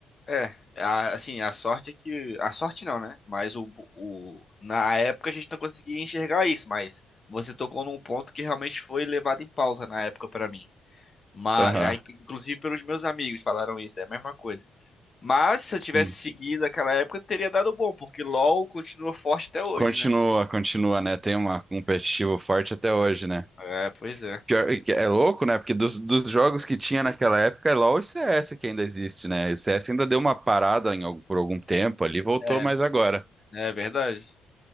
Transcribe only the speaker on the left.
É, a- assim, a sorte é que. A sorte não, né? Mas o, o, na época a gente não conseguia enxergar isso, mas você tocou num ponto que realmente foi levado em pauta na época pra mim. Mas,
aí, inclusive pelos meus amigos falaram isso, é a mesma coisa. Mas se eu tivesse
seguido aquela época, teria dado bom, porque LoL continua forte até hoje,
né?
É, é, pois é.
É,
é verdade.